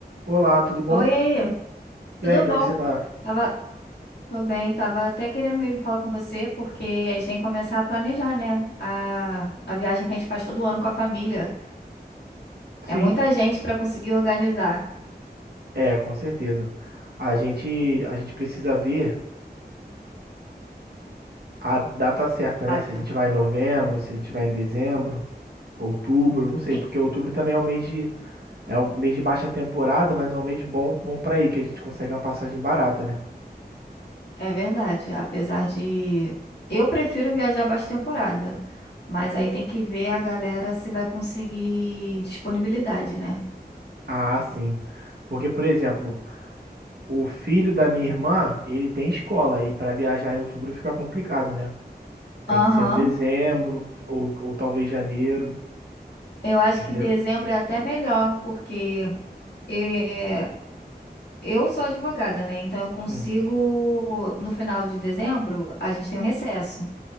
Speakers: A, on the right; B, on the left.
A: Olá, tudo bom?
B: Oi aí, tudo
A: E aí, como
B: bom?
A: é que você tá?
B: Tava, tô bem, tava até querendo mesmo falar com você, porque a gente tem que começar a planejar, né? A, a viagem que a gente faz todo ano com a família. É
A: Sim,
B: muita gente para conseguir organizar.
A: é, com certeza. A gente, a gente precisa ver a data certa,
B: Mata.
A: né? Se a gente vai em novembro, se a gente vai em dezembro, outubro, não sei,
B: E-
A: porque outubro também é um mês de, é um mês de baixa temporada, mas é um mês bom, bom para ir, que a gente consegue uma passagem barata, né?
B: É verdade, apesar de eu prefiro viajar baixa temporada, mas aí tem que ver a galera se vai conseguir disponibilidade, né?
A: Ah, sim. Porque, por exemplo, o filho da minha irmã, ele tem escola e para viajar em outubro fica complicado, né? Tem
B: Aham,
A: que ser em dezembro ou, ou talvez janeiro,
B: Eu acho
A: entendeu?
B: que dezembro é até melhor, porque eh, Eu sou advogada, né? Então eu consigo,
A: Hum,
B: no final de dezembro, a gente tem um recesso.